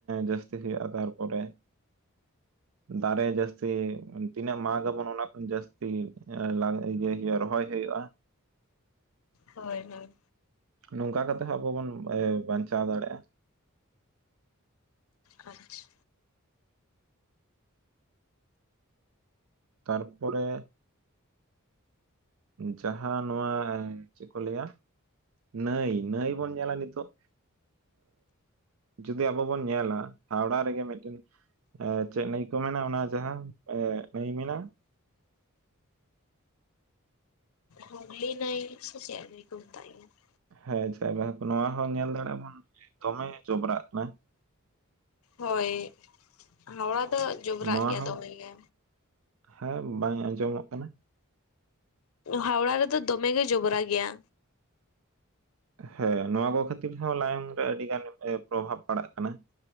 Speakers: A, on the right; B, on the left.
A: ᱡᱟᱹᱥᱛᱤ ᱦᱩᱭᱩᱜᱼᱟ᱾ ᱛᱟᱨᱯᱚᱨᱮ ᱫᱟᱨᱮ ᱡᱟᱹᱥᱛᱤ ᱛᱤᱱᱟᱹᱜ ᱢᱟᱜ ᱟᱵᱚᱱ ᱚᱱᱟ ᱡᱟᱹᱥᱛᱤ ᱮ ᱞᱟᱝ ᱤᱡᱟᱹᱭ ᱦᱩᱭᱩᱜ-ᱟ, ᱨᱚᱦᱚᱭ ᱦᱩᱭᱩᱜᱼᱟ᱾
B: ᱦᱳᱭ - ᱦᱳᱭ
A: ᱱᱚᱝᱠᱟ ᱠᱟᱛᱮᱜ ᱦᱚᱸ ᱟᱵᱚ ᱚᱵᱚᱱ ᱵᱟᱧᱪᱟᱣ ᱫᱟᱲᱮᱭᱟᱜᱼᱟ᱾
B: ᱟᱪᱪᱷᱟ
A: ᱛᱟᱨᱯᱚᱨᱮ ᱡᱟᱦᱟᱸ ᱱᱚᱣᱟ ᱪᱮᱫ ᱠᱚ ᱞᱟᱹᱭᱟ! ᱱᱟᱹᱭ-ᱱᱟᱹᱭ ᱵᱚᱱ ᱧᱮᱞᱟ ᱱᱤᱛᱚᱜ! ᱡᱩᱫᱤ ᱟᱵᱚ ᱵᱚᱱ ᱧᱮᱞᱼᱟ ᱦᱟᱣᱲᱟ ᱨᱮᱜᱮ ᱢᱤᱫᱴᱮᱱᱼᱼ ᱮᱸᱻ ᱪᱮᱫ ᱱᱟᱹᱭ ᱠᱚ ᱢᱮᱱᱟ ᱚᱱᱟ ᱡᱟᱦᱟᱸ ᱮᱸᱻ ᱱᱟᱹᱭ ᱢᱮᱱᱟ᱾
B: ᱦᱩᱜᱞᱤ ᱱᱟᱹᱭ ᱥᱮ ᱪᱮᱫ ᱱᱟᱹᱭ ᱠᱚ ᱢᱮᱛᱟᱜ ᱜᱮᱭᱟ ᱾
A: ᱦᱮᱸ ᱡᱟᱭ ᱵᱟᱦᱚᱠ ᱱᱚᱣᱟ ᱦᱚᱸ ᱧᱮᱞ ᱫᱟᱲᱮᱜᱼᱟ ᱵᱚᱱ ᱫᱚᱢᱮ ᱡᱚᱵᱽᱨᱟᱼᱜ ᱠᱟᱱᱟ᱾
B: ᱦᱳᱭ ᱦᱚᱣᱲᱟ ᱫᱚ ᱡᱚᱵᱽᱨᱟᱼᱜ
A: ᱱᱚᱣᱟ
B: ᱜᱮᱭᱟ
A: ᱦᱚᱸ
B: ᱫᱚᱢᱮᱜᱮ᱾
A: ᱦᱮᱸ ᱵᱟᱹᱧ ᱟᱸᱡᱚᱢᱚᱜ ᱠᱟᱱᱟ᱾
B: ᱦᱟᱣᱲᱟ ᱨᱮᱫᱚ ᱫᱚᱢᱮ ᱜᱮ ᱡᱚᱵᱽᱨᱟ ᱜᱮᱭᱟ᱾
A: ᱦᱮ ᱱᱚᱣᱟ ᱠᱚ ᱠᱷᱟᱹᱛᱤᱨ ᱛᱮᱦᱚᱸ ᱞᱟᱭᱚᱝ ᱨᱮ ᱟᱹᱰᱤ ᱜᱟᱱ ᱮ ᱯᱨᱚᱵᱷᱟᱵ ᱯᱟᱲᱟᱜ ᱠᱟᱱᱟ,